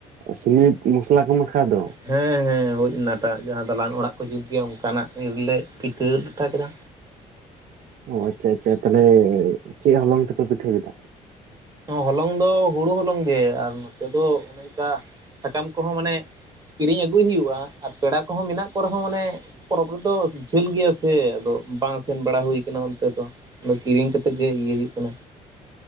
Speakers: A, on the right; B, on the right.
A: ᱥᱤᱢᱤᱴ ᱢᱚᱥᱞᱟ ᱠᱚ ᱢᱟᱠᱷᱟ ᱫᱚ!
B: ᱦᱮᱸ ᱦᱮᱸ ᱦᱩᱭ ᱚᱱᱟᱴᱟᱜ ᱡᱟᱦᱟᱸ ᱫᱟᱞᱟᱱ ᱚᱲᱟᱜ ᱠᱚ ᱡᱩᱛ ᱜᱮᱭᱟ ᱚᱝᱠᱟᱱᱟᱜ ᱨᱮᱞᱮ ᱯᱤᱴᱷᱟᱹ ᱞᱟᱴᱷᱟ ᱠᱮᱫᱟ᱾
A: ᱚ ᱟᱪᱪᱷᱟ ᱟᱪᱪᱷᱟ, ᱛᱟᱦᱚᱞᱮ ᱪᱮᱫ ᱦᱚᱞᱚᱝ ᱛᱮᱯᱮ ᱯᱤᱴᱷᱟᱹ ᱠᱮᱫᱟ?
B: ᱦᱚᱞᱚᱝ ᱫᱚ ᱦᱩᱲᱩ ᱦᱚᱞᱚᱝ ᱜᱮ, ᱟᱨ ᱱᱚᱛᱮ ᱫᱚ ᱚᱱᱮ ᱚᱱᱠᱟ ᱥᱟᱠᱟᱢ ᱠᱚᱦᱚᱸ ᱢᱟᱱᱮ ᱠᱤᱨᱤᱧ ᱟᱹᱜᱩᱭ ᱦᱩᱭᱩᱜᱼᱟ ᱟᱨ ᱯᱮᱲᱟ ᱠᱚᱦᱚᱸ ᱢᱮᱱᱟᱜ ᱠᱚ ᱨᱮᱦᱚᱸ ᱢᱟᱱᱮ ᱯᱚᱨᱚᱵᱽ ᱨᱮᱫᱚ ᱡᱷᱟᱹᱞ ᱜᱮᱭᱟ ᱥᱮ ᱟᱫᱚ ᱵᱟᱝ ᱥᱮᱱ ᱵᱟᱲᱟ ᱦᱩᱭ ᱠᱟᱱᱟ ᱚᱱᱛᱮ ᱫᱚ᱾ ᱟᱫᱚ ᱠᱤᱨᱤᱧ ᱠᱟᱛᱮ ᱜᱮ ᱤᱭᱟᱹ ᱦᱩᱭᱩᱜ ᱠᱟᱱᱟ᱾